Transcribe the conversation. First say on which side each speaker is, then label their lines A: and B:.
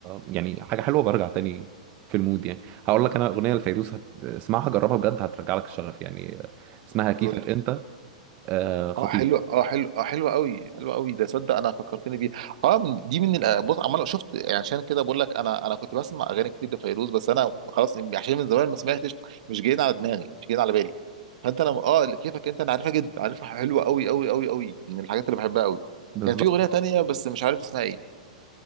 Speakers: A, on the right; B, on the right.
A: يعني حاجه حلوه برجع تاني في المود يعني هقول لك انا اغنيه لفيروز هت- اسمعها جربها بجد هترجع لك الشغف يعني آه، اسمها كيفك
B: قول لي
A: انت آه، خطير
B: اه حلو اه حلو اه حلو قوي حلو قوي ده صدق انا فكرتني بيه اه من دي من الأ- بص عمال شفت يعني عشان كده بقول لك انا انا كنت بسمع اغاني كتير لفيروز بس انا خلاص عشان من زمان ما سمعتش مش جايين على دماغي مش جايين على بالي فانت انا اه كيفك انت انا عارفها جدا عارفها حلوه قوي قوي قوي قوي من الحاجات اللي بحبها قوي
A: بالظبط
B: كان في اغنيه تانية بس مش عارف اسمها ايه